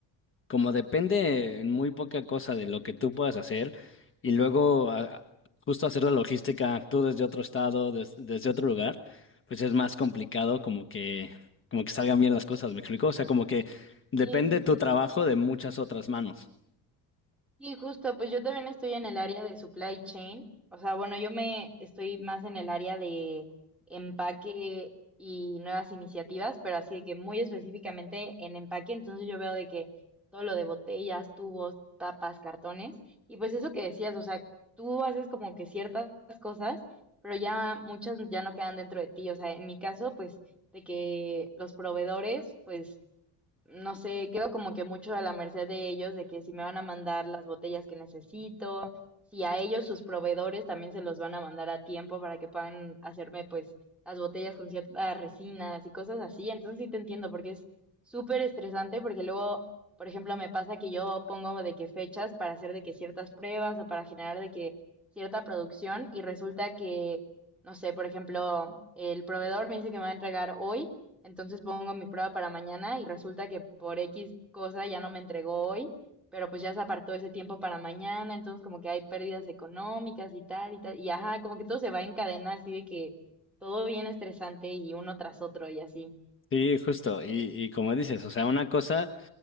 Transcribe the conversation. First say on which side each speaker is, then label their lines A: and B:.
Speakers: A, on the left (about 30°); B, in the centre.
A: como depende en muy poca cosa de lo que tú puedas hacer y luego a- justo hacer la logística tú desde otro estado, des- desde otro lugar, pues es más complicado como que como que salgan bien las cosas, ¿me explico? O sea, como que depende
B: Sí, sí,
A: tu
B: sí.
A: trabajo de muchas otras manos.
B: Y justo, pues yo también estoy en el área de supply chain. O sea, bueno, yo me estoy más en el área de empaque y nuevas iniciativas, pero así de que muy específicamente en empaque, entonces yo veo de que todo lo de botellas, tubos, tapas, cartones, y pues eso que decías, o sea, tú haces como que ciertas cosas, pero ya muchas ya no quedan dentro de ti. O sea, en mi caso, pues de que los proveedores, pues no sé, quedo como que mucho a la merced de ellos, de que si me van a mandar las botellas que necesito, si a ellos sus proveedores también se los van a mandar a tiempo para que puedan hacerme pues las botellas con ciertas resinas y cosas así. Entonces sí te entiendo porque es súper estresante porque luego, por ejemplo, me pasa que yo pongo de que fechas para hacer de que ciertas pruebas o para generar de que cierta producción y resulta que, no sé, por ejemplo, el proveedor me dice que me va a entregar hoy entonces pongo mi prueba para mañana y resulta que por X cosa ya no me entregó hoy, pero pues ya se apartó ese tiempo para mañana, entonces como que hay pérdidas económicas y tal y tal. Y ajá, como que todo se va en cadena, así de que todo bien estresante y uno tras otro y así.
A: Sí, justo. Y, y como dices, o sea, una cosa